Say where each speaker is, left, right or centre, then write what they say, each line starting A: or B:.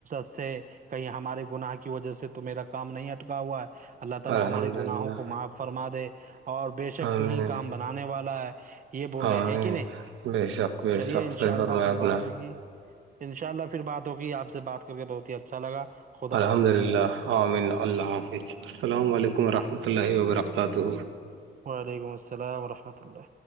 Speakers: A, on the right; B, on the right.
A: سے کہیں ہمارے گناہ کی وجہ سے تو میرا کام نہیں اٹکا ہوا ہے اللہ تعالی
B: الحمد
A: ہمارے
B: للہ
A: گناہوں کو معاف فرما دے اور بے شک
B: آمین
A: تو ہی کام بنانے والا ہے یہ بولے
B: آمین
A: ہے کہ نہیں
B: بے شک بے
A: چلیے
B: شک
A: ان
B: صحیح
A: شاء اللہ
B: فرمایا
A: پھر
B: آپ
A: بات
B: نے
A: ہوگی انشاء اللہ پھر بات ہوگی آپ سے بات کر کے بہت ہی اچھا لگا خدا
B: الحمد
A: حافظ
B: للہ عؤامن اللہ حافظ السلام علیکم ورحمۃہ اللہ و برکاتہ
A: وعلیکم السلام وورحمۃ اللہ